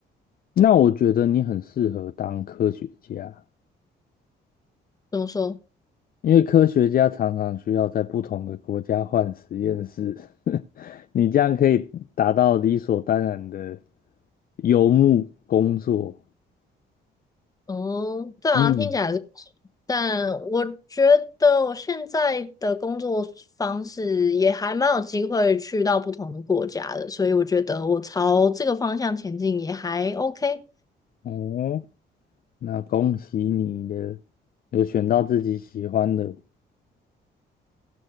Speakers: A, on the left; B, on the left.
A: 那我觉得你很适合当科学家，
B: 怎么说？
A: 因为科学家常常需要在不同的国家换实验室，<laughs> 你这样可以达到理所当然的游牧工作。
B: 哦，对啊，
A: 嗯，
B: 听起来是不错，但我觉得我现在的工作方式也还蛮有机会去到不同的国家的，所以我觉得我朝这个方向前进也还 OK。
A: 哦，那恭喜你的，有选到自己喜欢的。